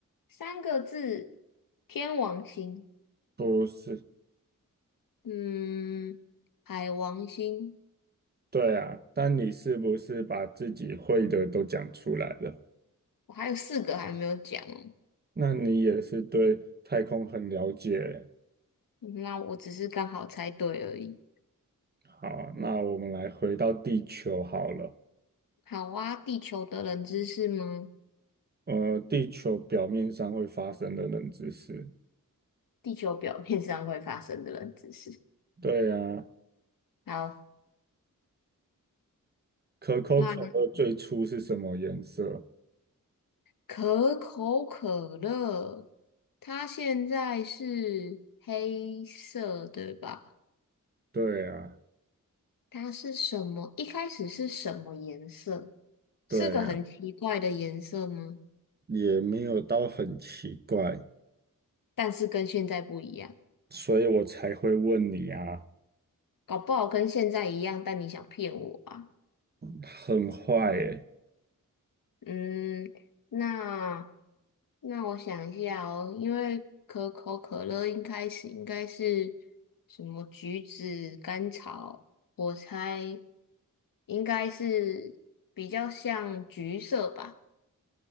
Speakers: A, on the left; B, on the right.
A: 三个字，天王星，
B: 不是。
A: 嗯，海王星，
B: 对啊，但你是不是把自己会的都讲出来了？
A: 我还有四个还没有讲哦，
B: 那你也是对太空很了解。
A: 那我只是刚好猜对而已。
B: 好，那我们来回到地球好了。
A: 好啊，地球的冷知识吗？
B: 呃，地球表面上会发生的冷知识。
A: 地球表面上会发生的冷知识。
B: 对啊，
A: 好，
B: 可口可乐最初是什么颜色？
A: 那可口可乐，它现在是黑色，对吧？
B: 对啊，
A: 它是什么？一开始是什么颜色？
B: 对呀，
A: 是个很奇怪的颜色吗？
B: 也没有到很奇怪，
A: 但是跟现在不一样，
B: 所以我才会问你啊，
A: 搞不好跟现在一样，但你想骗我啊？
B: 很坏诶，
A: 嗯，那那我想一下哦，因为可口可乐一开始应该是什么橘子、甘草，我猜应该是比较像橘色吧。